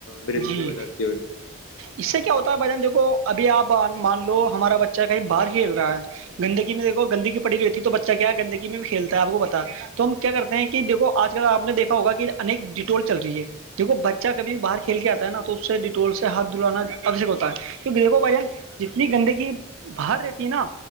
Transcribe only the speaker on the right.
جی
اس سے کیا ہوتا ہے بھائی جان دیکو ابھی آپ مان لو ہمارا بچہ کہیں باہر کھیل رہا ہے گندگی میں دیکھو گندگی پڑی رہتی ہے تو بچہ کیا گندگی میں بھی کھیلتا ہے آپ کو پتا تو ہم کرتے ہیں کہ دیکو آج کل آپ نے دیکا ہوگا کہ انیک ڈیٹول چل رہی ہے دیکو بچہ کبھی باہر کے کھیل کے آتا ہے
نا تو اس سے ڈٹول سے ہاتھ دھلانا آوک ہوتا ہےیکو بھائی جن جتنی گندگی باہر رہتی نا